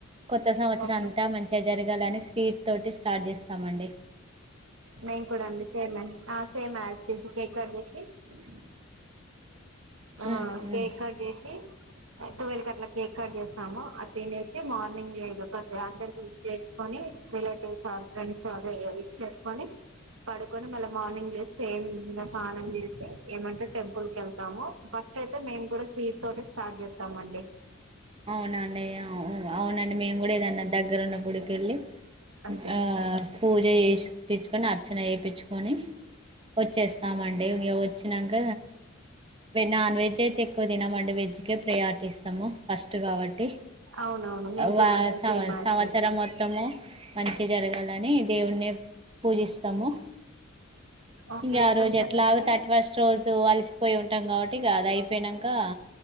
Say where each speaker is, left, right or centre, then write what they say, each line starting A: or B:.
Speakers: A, on the right; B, on the right.
A: కొత్త సంవత్సరం
B: ఓకే
A: అంతా మంచిగా జరిగి అని స్వీట్ తోటి స్టార్ట్ చేస్తున్నామండి
B: నేను కూడా అండి సేమ్ అండి ఆ సేమ్ యాసిటీస్ కేక్ కట్ చేసి <unintelligible> ఆ
A: ఉమ్
B: కేక్
A: ఉమ్
B: కట్ చేసి ట్వెల్ కి అట్లా కేక్ కట్ చేస్తాము అది తినేసి మార్నింగ్ అందరికి విష్ చేసుకొని రిలేటివ్స్ ఆర్ ఫ్రెండ్స్ విష్ చేసుకొని పడుకొని మళ్ళీ మార్నింగ్ లేసి సేమ్ ఇకా స్నానం చేసి ఏమంటే టెంపుల్ కి వెళ్తాము ఫస్ట్ అయితే మేము కూడా స్వీట్ తోటి స్టార్ట్ చేత్తామండి
A: అవునా అన్నయ్య అవు అవునండి మేము కూడా ఏదన్న దగ్గర ఉన్న గుడి కెళ్ళి
B: అంతే
A: ఆ ఆ పూజ చేషిపిచ్చుకొని అర్చన చేపిచ్చుకొని వచ్చేస్తామండి ఇగా వచ్చానాక నాన్ వెజ్ అయితే ఎక్కువ తినమండి వెజ్కే ప్రయారిటీ ఇస్తాము ఫస్ట్ కాబట్టి
B: అవునవును మేము
A: వా
B: కూడా అంతే
A: సం
B: సేమ్ యాజ్
A: సంవత్సరం
B: టీజ్
A: మొత్తము మంచి జరగాలని దేవుని పూజిస్తాము
B: ఓకే
A: ఇంగ
B: అయిపోయిన
A: ఆ రోజు
B: తర్వాత
A: ఎట్లాగో తటి ఫస్ట్ రోజు అలసిపోయి ఉంటాం కాబట్టి ఇగ అది అయిపోయినాకా